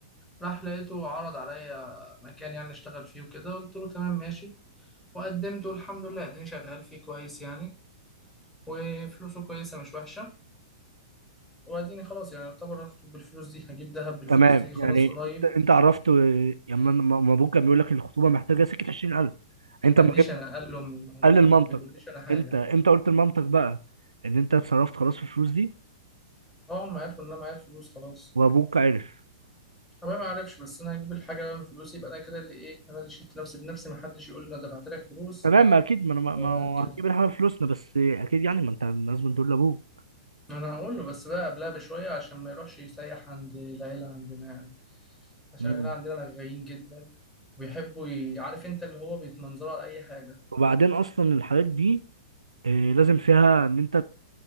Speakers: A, in the centre; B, on the right.
A: راح لقيته عرض عليا مكان يعني اشتغل فيه وكده قلت له تمام ماشي وقدمته الحمد لله اديني شغال فيه كويس يعني وفلوسه كويسه مش وحشه واديني خلاص يعني يعتبر هخطب بالفلوس دي هجيب دهب بالفلوس
B: تمام
A: دي خلاص
B: يعني
A: قريب
B: انت انت عرفت يعني ما ما- ما ابوك كان بيقول لك الخطوبه محتاجه سكه 20000 انت
A: ما
B: ما
A: قاليش
B: جبت
A: انا قال لهم هم
B: قال لمامتك
A: ما بيقوليش انا حاجه
B: انت انت قلت لمامتك بقى ان انت اتصرفت خلاص في الفلوس دي
A: اه هم عرفوا ان انا معايا فلوس خلاص
B: وابوك عرف
A: أنا ما أعرفش بس أنا هجيب الحاجة بقى من فلوسي يبقى أنا كده اللي إيه أنا اللي شلت نفسي بنفسي محدش يقول لي أنا دفعت لك فلوس
B: تمام ما اكيد ما انا ما
A: ولا
B: ما هو
A: كده
B: هتجيب الحاجه فلوسنا بس اكيد يعني ما انت لازم تقول لابوك
A: أنا هقول له بس بقى قبلها بشوية عشان ما يروحش يسيح عند العيلة عندنا يعني عشان
B: مم.
A: العيلة عندنا رغايين جدا وبيحبوا ي- عارف أنت اللي هو بيتمنظروا على أي حاجة
B: وبعدين اصلا الحالات دي آه، لازم فيها ان انت